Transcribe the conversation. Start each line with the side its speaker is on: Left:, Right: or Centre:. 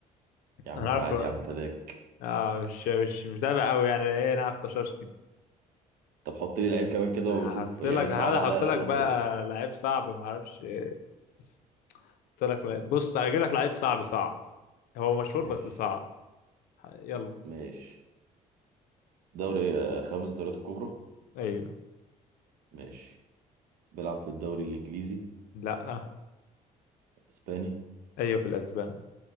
Right: يا عم
Left: انا عارف
Right: عادي يا عم فداك
Left: اه مش مش مش متابع قوي يعني ايه انا عارف طشاش
Right: طب حط لي لعيب كمان كده
Left: هحط
Right: وشوف يعني
Left: لك
Right: صعب
Left: هحاول احط
Right: عليا
Left: لك
Right: قد ما
Left: بقى
Right: تقدر
Left: لعيب صعب ما اعرفش ايه بس هحط لك لعيب بص هجيب لك لعيب صعب صعب هو مشهور
Right: ماشي
Left: بس صعب يلا
Right: ماشي دوري آه، خمس دوريات الكبرى
Left: ايوه
Right: ماشي بيلعب في الدوري الإنجليزي
Left: لا
Right: الإسباني
Left: ايوه في الاسبان